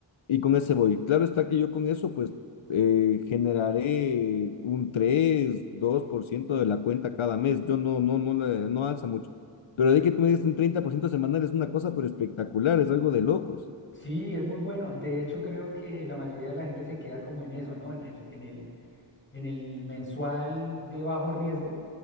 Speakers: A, on the left (about 85°); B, on the left (about 25°).
A: y con ese voy. Claro está que yo con eso, pues eh, generaré un tres, dos por ciento de la cuenta cada mes. Yo no, no, no, le- no alza mucho. Pero de que tú me digas un 30% semanal es una cosa, pero espectacular, es algo de locos.
B: Sí, es muy bueno. De hecho, creo que la mayoría de la gente se queda como en eso, ¿no? En el, en el, en el mensual de bajo riesgo